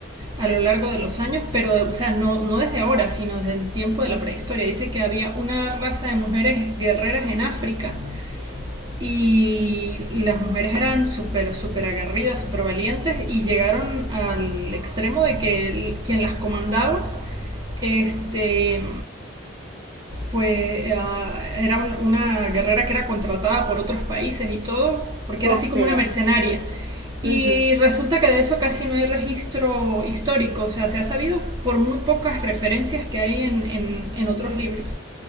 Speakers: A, on the right; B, on the right.
A: a lo largo de los años, pero o sea, no, no desde ahora, sino desde el tiempo de la prehistoria. Dice que había una raza de mujeres guerreras en África y las mujeres eran súper, súper aguerridas, súper valientes y llegaron al extremo de que el- quien las comandaba, este, pues ah, era una guerrera que era contratada por otros países y todo, porque
B: o
A: era así
B: sea,
A: como una mercenaria. Y
B: ujú.
A: resulta que de eso casi no hay registro histórico, o sea, se ha sabido por muy pocas referencias que hay en, en- en otros libros.